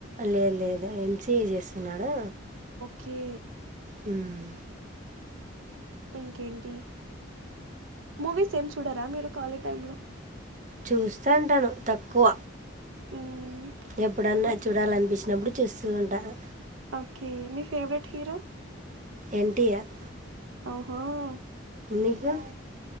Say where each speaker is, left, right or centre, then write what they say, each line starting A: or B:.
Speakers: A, on the right (about 40°); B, on the right (about 75°).
A: లేదు లేదు ఏం సి ఏ చేస్తున్నాడు
B: కే
A: హ్మ్
B: ఇంకేంటి మూవీస్ ఏం చూడరా మీరు ఖాళీ టై లో
A: చూస్తా అంటాను తక్కువ
B: మ్మ్
A: ఎప్పుడన్నా
B: మీ
A: చూడాలనిపించినప్పుడు చూస్తు ఉంటాను
B: ఓకే మీ ఫేవరెట్ హీరో
A: ఎన్టీఆర్
B: అహా ఏంటియార్
A: నీకు